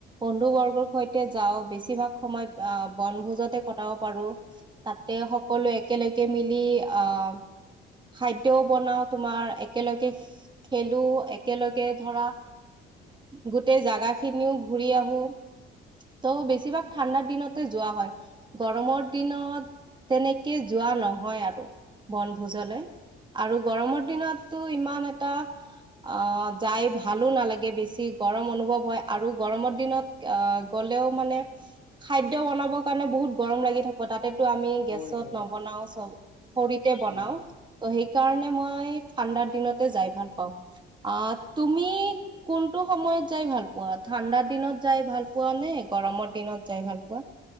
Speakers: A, on the right; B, on the left.
A: বন্ধু বৰ্গৰ সৈতে যাওঁ বেছিভাগ সময়, আহ বনভোজতে কটাব পাৰো। তাতে সকলোৱে একেলগে মিলি আহ খাদ্যও বনাওঁ, তোমাৰ একেলগে খেলো, একেলগে ধৰা গোটেই জাগা খিনিও ঘুৰি আহো। ত' বেছিভাগ ঠাণ্ডাৰ দিনতে যোৱা হয়। গৰমৰ দিনত, তেনেকে যোৱা নহয় আৰু বনভোজলে। আৰু গৰমৰ দিনতটো ইমান এটা, আহ যাই ভালো নালাগে। বেছি গৰম অনুভৱ হয়, আৰু গৰমৰ দিনত‌ আহ গ'লেও মানে খাদ্য বনাবৰ কাৰণে বহুত গৰম লাগি থাকে তাতেতো আমি
B: হয়
A: গেছত
B: হয়।
A: নবনাওঁ, চব খৰিতে বনাওঁ।
B: উম
A: তো সেইকাৰণে মই ঠাণ্ডাৰ দিনতে যাই ভাল পাওঁ, আহ তুমি কোনটো সময়ত যাই ভাল পোৱা, ঠাণ্ডা দিনত যাই ভাল পোৱা নে, গৰমৰ দিনত যাই ভাল পোৱা?